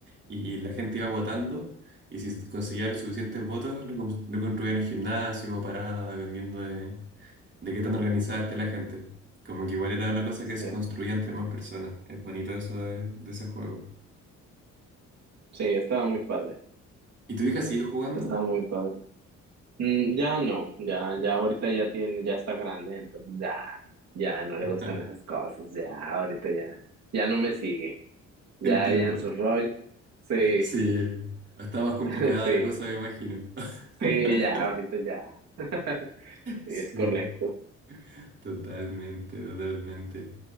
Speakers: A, on the right; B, on the right.
A: y la gente iba votando. Y si conseguía los suficientes votos, lo, cons- lo construían en gimnasio o parada, dependiendo de, de qué tan organizada esté la gente. Como que igual era una cosa
B: sí,
A: que se construía entre más personas. Es bonito eso de, de ese juego.
B: sí, estaba muy padre.
A: ¿Y tu hija sigue jugando?
B: Estaba muy
A: <laughs>
B: padre. Mm, ya no, ya, ya ahorita ya tiene, ya está grande, entonces ya, ya no le gustan
A: Ah,
B: esas cosas, ya, ahorita ya, ya no me sigue, ya
A: Entiendo.
B: ella en su rollo, sí,
A: Sí, está más complicada
B: <laughs> sí,
A: la cosa, me imagino. <laughs>
B: sí, ya, ahorita ya, <laughs> sí,
A: Sí,
B: es correcto,
A: totalmente, totalmente.